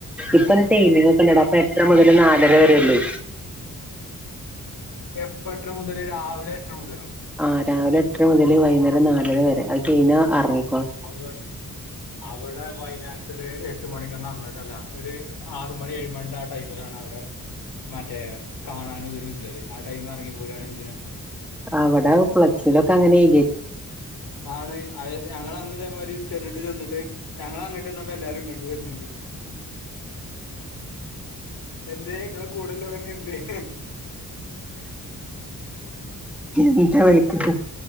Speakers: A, in the centre; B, on the left.
A: ഇപ്പന്നെ ട്രെയിനിങൊക്കൊണ്ടെ ഡാ
B: അത്
A: അപ്പ എട്ടര മുതൽ നാലര വെരെ അതെ അല്ലെ
B: എപ്പം എട്ടര മുതല് രാവിലെ എട്ടര മുതലൊ
A: ആഹ് രാവിലെ എട്ടര മുതൽ വൈന്നേരം നാലെര വരെ അത് കഴിഞ്ഞാ അറങ്ങി
B: അവേസ് അവടെ വൈനാട്ട്ല് എട് എട്ട് മണിക്കൊന്നും അങ്ങോട്ടല്ല ഒരു ആറ് മണി ഏഴ് മണിൻ്റെ ആ ടൈമിലാണ് അവിടെ മറ്റേ കാണാനും ഇതിനുംഇല്ലത് ആ ടൈമെ എറങ്ങിപ്പോരാണെ എന്തിനാ
A: അവിടെ ഫ്ലെക്സിലൊക്കെ അങ്ങനെയ്
B: ആണ് അര്ച ഞങ്ങളന്ന് ഇതേമാരി ചെരിട്ട് ചെന്നിട്ട് ഞങ്ങ അങ്ങട്ട് വന്നപ്പോ എല്ലാരും ഇങ്ങട്ട് വരാന്ണ്ട് എന്തേ ങ്ങളെ കൂടെള്ളോരോക്കെ എന്തേയ്
A: എന്താ വിളിക്ക്ണത്